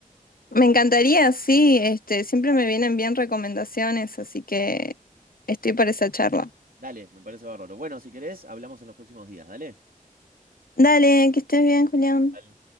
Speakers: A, on the left; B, on the right.
A: Me encantaría, sí, este, siempre me vienen bien recomendaciones, así que estoy para esa charla.
B: Dale, me parece bárbaro. Bueno, si querés, hablamos en los próximos días, dale.
A: Dale, que estés bien, Julián.
B: Dale.